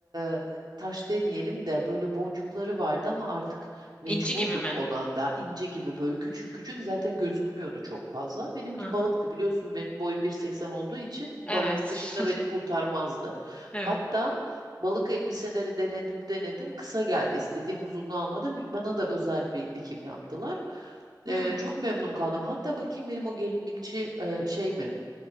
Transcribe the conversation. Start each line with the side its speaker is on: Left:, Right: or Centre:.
Right: e, taş demeyelim de böyle boncukları vardı ama artık mecburduk
Left: İnci gibi mi?
Right: ona da ince gibi böyle küçük küçük zaten gözükmüyordu çok fazla. Benimki
Left: Hı
Right: balıktı
Left: hı.
Right: biliyorsun benim boy 1.80 olduğu için
Left: Evet.
Right: balık dışında
Left: <laughs>
Right: beni kurtarmazdı.
Left: Evet.
Right: Hatta Balık elbiseleri denedim denedim. Kısa geldi. İstediğim uzunluğu almadım. Bana da özel bir dikim yaptılar.
Left: Hmm.
Right: Ee, çok memnun kaldım. Hatta bakayım benim o gelinlikçi e, şey mi?